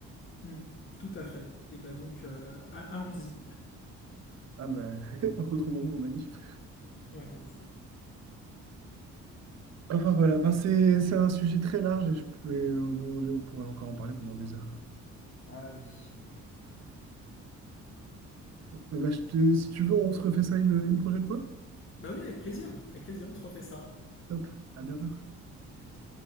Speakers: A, on the left; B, on the right.
A: Mmh. Tout à fait. Et bah donc, euh, a- allons-y.
B: Ah bah, <laughs> retrouvons-nous en manif.
A: Ouais, c'est ça.
B: Enfin voilà, Enfin, c'est c'est un sujet très large et je pouvais, euh, on, on pourrait encore en parler pendant des heures, quoi.
A: Bah oui. oui, oui.
B: Bon, Bah, je te- si tu veux, on se refait ça une, une prochaine fois.
A: Bah oui, avec plaisir. Avec plaisir, on se refait ça.
B: Top, à bientôt.
A: À bientôt.